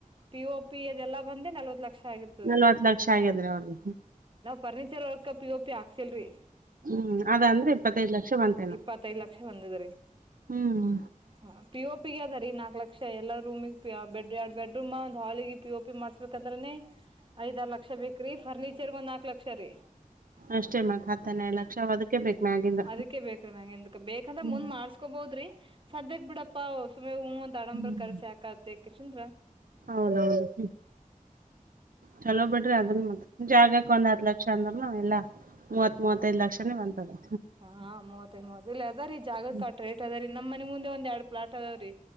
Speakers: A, on the right; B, on the right.
A: ಪಿ ಒ ಪಿ ಅದೆಲ್ಲಾ ಬಂದ ನಲ್ವತ್ ಲಕ್ಷ ಆಗಿರ್ತದ್ರೀ
B: ನಲ್ವತ್ ಲಕ್ಷ ಆಗ್ಯದ್ರಿ ಅವ್ರ್ದ
A: furniture work P O P ಹಾಕ್ಸಲ್ ರರಿ
B: ಹ್ಮ್ ಅದ ಅಂದ್ರೆ ಇಪ್ಪತ್ತೈದ್ ಲಕ್ಷ ಬಂತೆೇ ನ
A: ಇಪ್ಪತ್ತೈದ್ ಲಕ್ಷ ಬಂದದ್ರಿ
B: ಹ್ಮ್
A: ಹಾ ಪಿ ಒ ಪಿ ಅದ ರೀ ನಾಲ್ಕ್ ಲಕ್ಷ ಎಲ್ಲಾ ರೂಮಿಗೆ ಬೆಡ್ ಎರಡ್ ಬೆಡ್ರೂಮ್ ಒಂದು ಹಾಲಿಗೆ ಪಿ ಓ ಪಿ ಮಾಡ್ಸ್ಬೇಕಂದ್ರನನೆ
B: ಹ <unintelligible>
A: ಐದ್ ಅರ ಲಕ್ಷ ಬೇಕ ರೀ ಫರ್ನಿಚರ್ಗ ಒಂದ ನಾಲ್ಕಕ್ ಲಕ್ಷ ರೀ
B: ಅಷ್ಟೇ ಮತ್ತ್ ಹತ್ತ್ ಹನ್ನೆರಡ್ ಲಕ್ಷ ಅದಕ್ಕೆ ಬೇಕ್ ಮ್ಯಾಗಿಂದ.
A: ಅದಕ್ಕೆ ಬೇಕ್ರೀ ಮ್ಯ ಎಂತ ಬೇಕಂದ್ರೆ
B: ಹ್ಮ್
A: ಮುಂದ್ ಮಾಡ್ಸ ಹಕೋಬೋದ್ರಿ ಸದ್ಯಕ್ ಬಿಡಪ್ಪಾ ಸುಮ್ ಹೂವ ಒ್ ಆಡಂಬರ್
B: ಹ್ಮ್
A: ಕರ್ಸಿ ಹಾಕತ್ತ ಯಕಶಂದ್ರ
B: ಹೌದೌದು ಹ್ಮ ಚಲೋ ಬಿಡ್ರಿ ಅದನ್ ಮತ್ತ ಜಾಗಕ್ ಒಂದ್ ಹ ಲಕ್ಷ ಲಕ್ಷ ಅಂದ್ರ ನಾವ ಎಲ್ಲ ಮೂವತ್ ಮೂವತ್ತೈದ ಲಕ್ಷನೇ ಬಂತದೆ
A: ಹಾ ಮೂವತ್ತೈಂಗ ಮೂವತ್ತ ಅದ ರೀ ಜಾಗ
B: ಹ್ಮ್
A: ಕಾಟ ರೇಟ್ ಅದ ರೀ ನಮ್ಮ ಮನೆ ಮುಂದೆಂದ್ ಎಡರ ಫ್ಲಾಟ್ ಅದಾವ ರೀ